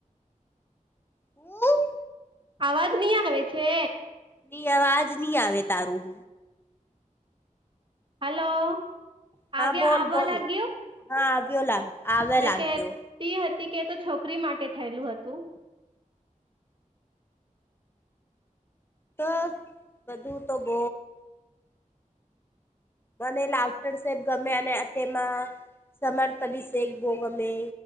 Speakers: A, on the left; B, on the right.
A: હમ
B: અવાજ નહી આવે છે
A: ની અવાજ નહી આવે તારું
B: હલો આવ્યા
A: હા બોલ
B: આવવા
A: બોલ
B: લાગ્યું
A: હા આવ્યો લાગ આવે
B: મે
A: લાગ્યો
B: કે તે હતી કે તો છોકરી માટે થયેલું હતું
A: અથ બધું તો બહ મને લાફ્ટર સેબ ગમે અને તેમાં સમર્ ત બી શેખ ભોગમે